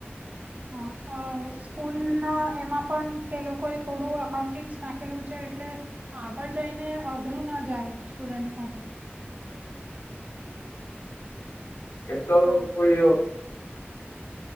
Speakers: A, on the left; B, on the right.
A: <inaudible>
B: અ, સ્કૂલના એમાં પણ તે લોકોએ થોડું અકાઉન્ટિંગ નાખેલું છે, એટલે આગળ જઈને અઘરું ના જાય સ્ટુડન્ટસ માટે,
A: એમતો
B: હા
A: કોઈ